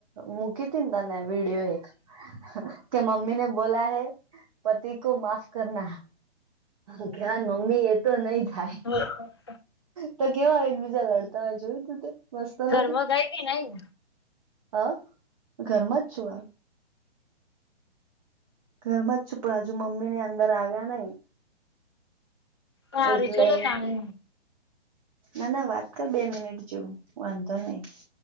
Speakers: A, on the right (about 35°); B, on the left (about 25°).
A: મૂકી હતી ને તને વિડીયો એક કે મમ્મીને બોલા હૈ પતિ કો માફ કરના. <inaudible> મમ્મી એ તો નહી થાય.
B: <inaudible>
A: તો કેવાય એકબીજા લડતા હોય જોયું તું તે મસ્ત
B: ઘરમાં
A: નથી
B: ગઈ કે નઈ
A: હા ઘરમાં જ છું આ ઘરમાં જ છું પણ હજુ મમ્મી ને અંદર આવ્યા નઈ.
B: હારું
A: એટલે
B: ચલો તાણે
A: ના ના વાત કર બે મિનિટ જેવું વાંધો નહી